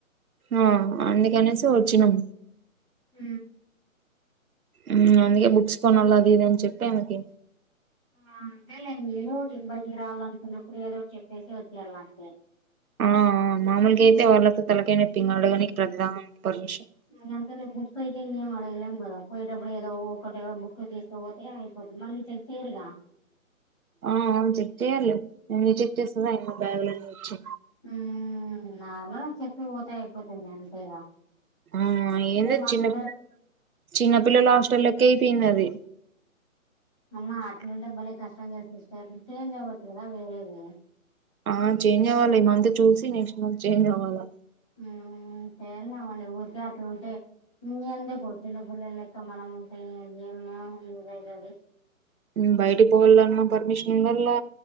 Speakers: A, on the right; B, in the centre.
A: ఆ అందుకనేసే ఒచ్చినం
B: ఊ
A: ఊమ్ అందుకే బుక్స్ కొనాలి అది ఇది అన్ జెప్పి ఆమెకి
B: ఉ అంతేలేండి ఏదో ఒటి ఇబ్బకిరాలనుకున్నప్పుడు ఏదో ఒటి చెప్పేసి ఒచ్చేళ్లా అంతే
A: ఆ మామూల్గా ఐతే వాళ్ళతో తల్కయ్ నొప్పి ఇంగ అడుగానికి ప్రతి దానికి పర్మిషన్
B: ఉమ్ అంతలే బుక్ అయితే ఇంగ ఏం అడగలేం గదా పోయేటప్పుడు ఏదో ఒక్కటో బుక్ తీస్ ఇట్ల పోతే అయిపోతది మళ్ళీ చెక్ చేయర్ గా
A: ఆ అవును చెక్ చెయ్యార్ లే ఎందుక్ చెక్ చేస్తది ఆయమ్మ బ్యాగులని ఒచ్చి
B: ఉమ్ నార్మల్ చెప్పి వోతే అయిపోతది గా అంతేగా
A: ఊ ఏంది
B: అదే మాందరు
A: చిన్నపిల్ చిన్నపిల్లల హాస్టల్ లెక్క అయిపేంది అది
B: అమ్మ అట్లుంటే భలే కష్టం గదా సిస్టర్ చేంజ్ అవ్వచ్చు గదా వేరేది
A: ఆ చేంజ్ అవ్వాలి ఈ మంత్ చూసి నెక్స్ట్ మంత్ చేంజ్ అవ్వాలి
B: ఉమ్ సేనమండి ఊరికే అట్లుంటే ఇంగెందుకు చిన్న పుల్లల్ లెక్క మనం ఉంటే ఏం మ్యాన్ అయితది
A: ఉమ్ బైటి పోవాల్లన్నా పర్మిషన్ గల్లా